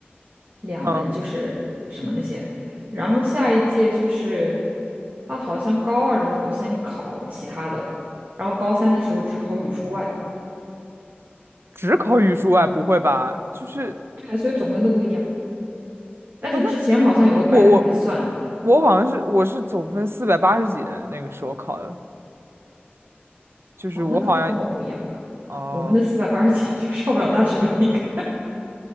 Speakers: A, on the right; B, on the right.
A: 两门就是什么那些，
B: 嗯，
A: 然后下一届就是他好像高二的时候先考其他的，然后高三的时候只考语数外，
B: 只考语数外，不会吧？就是
A: 对啊，所以总分都不一样。但是之前好像有个百分比算，
B: 哦，那我我我我好像是我是总分四百八十几的那个时候考的，就是我好像
A: 哦，那可能跟我不一样吧。
B: 哦、
A: 我们的四百八十几 <laughs> 就上不了大学了，应该。